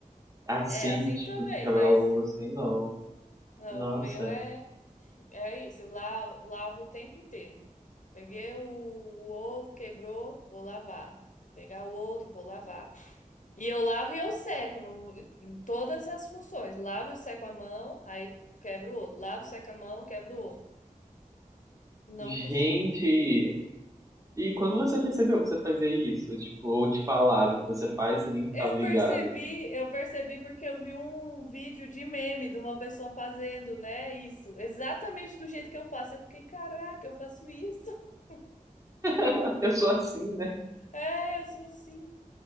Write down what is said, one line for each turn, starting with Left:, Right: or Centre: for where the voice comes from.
Right: assim,
Left: É assim
Right: tipo,
Left: também,
Right: de quebrar
Left: mas
Right: o ovo, assim, não.
Left: ah,
Right: Nossa.
Left: o meu é é isso. Eu la- lavo o tempo inteiro. Peguei o, o ovo, quebrou, vou lavar. Pegar o outro, vou lavar. E eu lavo e eu seco no- em todas as funções. Lavo e seco a mão, aí quebro o outro. Lavo, seco a mão, quebro o outro. Não
Right: Gente!
Left: consigo.
Right: E quando você percebeu que você fazia isso? Tipo, ou te falaram que você faz, você nem
Left: Eu
Right: tava ligado.
Left: percebi, eu percebi porque eu vi um vídeo de meme de uma pessoa fazendo, né? Isso, exatamente do jeito que eu faço. Eu fiquei, caraca, eu faço isso. <laughs>
Right: <laughs> Eu sou assim, né?
Left: É, eu sou assim.